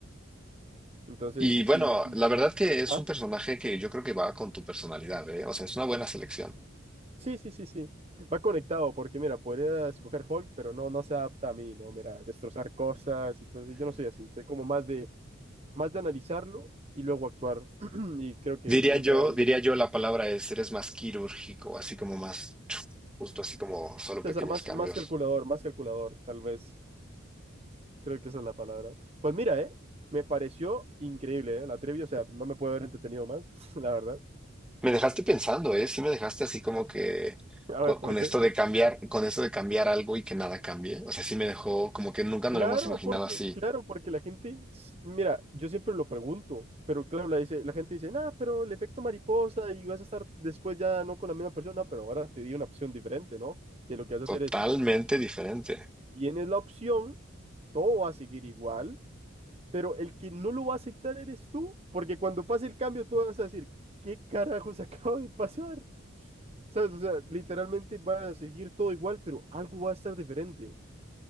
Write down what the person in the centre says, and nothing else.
Y
bueno,
la verdad que es
un personaje que yo creo que va con tu personalidad, ¿eh? O sea, es una buena selección.
Diría yo,
diría yo la palabra es, eres más quirúrgico, así como más, chuf, justo así como solo pequeños
cambios.
Me dejaste pensando, ¿eh? Sí me dejaste así como que
con,
con
esto de cambiar, con esto de cambiar algo y que nada cambie. O sea, sí me dejó como que nunca
nos lo hemos imaginado
así.
Totalmente
diferente.